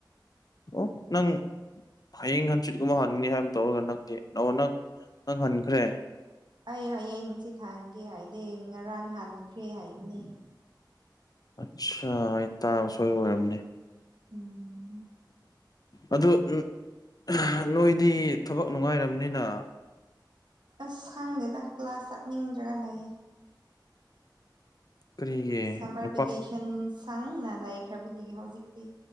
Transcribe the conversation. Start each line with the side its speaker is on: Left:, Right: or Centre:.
Left: ꯑꯣ ꯅꯪ ꯍꯌꯦꯡ ꯍꯪꯆꯤꯠꯀꯨꯝꯕ ꯍꯟꯒꯅꯤ ꯍꯥꯏꯕ ꯇꯧꯔꯒ ꯅꯪꯗꯤ ꯑꯣ ꯅꯪ ꯅꯪ ꯍꯟꯈ꯭ꯔꯦ
Right: ꯑꯩ ꯍꯌꯦꯡ ꯆꯤꯠ ꯊꯥꯡꯒꯦ ꯍꯥꯏꯗꯦ ꯉꯔꯥꯡ ꯍꯟꯈ꯭ꯔꯦ ꯍꯥꯏꯕꯅꯦ
Left: ꯑꯠꯁꯥ ꯑꯩꯅ ꯇꯥꯕ ꯁꯣꯏꯕ ꯑꯣꯏꯔꯝꯅꯤ
Right: ꯎꯝ
Left: ꯑꯗꯨ ꯎꯝ ꯑꯍꯥ ꯅꯣꯏꯗꯤ ꯊꯕꯛ ꯅꯨꯡꯉꯥꯏꯔꯝꯅꯤꯅ
Right: ꯑꯁ ꯈꯪꯗꯦꯗ ꯀ꯭ꯂꯥꯁ ꯆꯠꯅꯤꯡꯗ꯭ꯔꯒ ꯂꯩꯌꯦ
Left: ꯀꯔꯤꯒꯤ
Right: ꯁꯝꯃꯔ
Left: ꯅꯨꯄꯥ
Right: ꯚꯦꯀꯦꯁꯟ ꯁꯪꯅ ꯂꯩꯈ꯭ꯔꯕꯒꯤ ꯍꯧꯖꯤꯛꯇꯤ